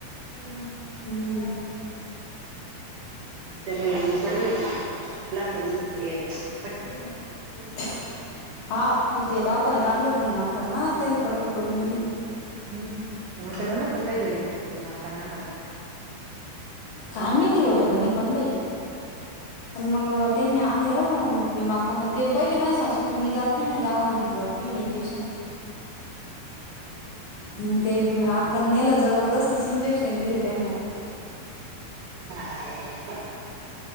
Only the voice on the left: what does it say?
हम्म हम्म.
<unintelligible> हा आपलं ते दावखान्यात आणलोत भीमाआकाना तेला पट्टी करून दिली.
कायमेती होत गणेकन बाई पण मग त्यांनी आणलं. भीमा आका म्हणते पहिले माझी सासू म्हणते मी जात नाही दवाखान्यात भीती वाटते मला इंजेक्शनची. ह ते
अकेलं जबरदस्तीचे इंजेक्शन दिलं त्यांना.